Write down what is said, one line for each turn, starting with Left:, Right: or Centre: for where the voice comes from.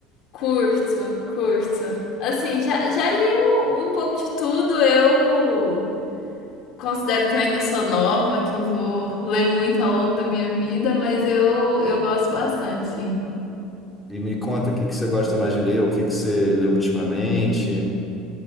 Left: Curto, curto. Assim, já, já li um, um pouco de tudo. Eu considero que eu ainda sou nova, que eu vou ler muito ao longo da minha vida, mas eu, eu gosto bastante, sim.
Centre: E me conta o que que você gosta mais de ler, o que que você leu ultimamente.